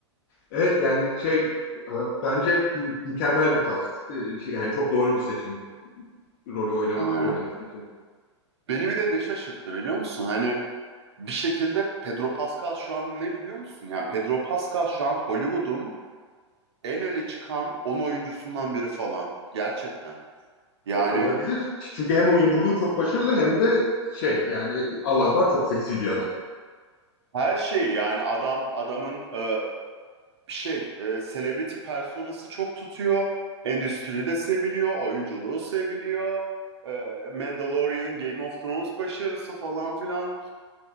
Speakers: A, on the left (about 45°); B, on the right (about 65°).
A: Evet yani şey e, bence mü- mükemmel bir kast. E, şey, Yani çok doğru bir seçim rolü oynamak
B: Aynen.
A: oynaması için.
B: Beni bir de ne şaşırttı biliyor musun? Hani bir şekilde Pedro Pascal şu an ne biliyor musun? Yani Pedro Pascal şu an Hollywood'un en öne çıkan 10 oyuncusundan biri falan. Gerçekten. Yani
A: O- olabilir. Çünkü hem oyunculuğu çok başarılı hem de şey yani Allah var çok seksi bir adam.
B: her şey yani adam adamın e, şey e, celebrity personası çok tutuyor. Endüstride seviliyor, oyunculuğu seviliyor. E, Mandalorian, Game of Thrones başarısı falan filan.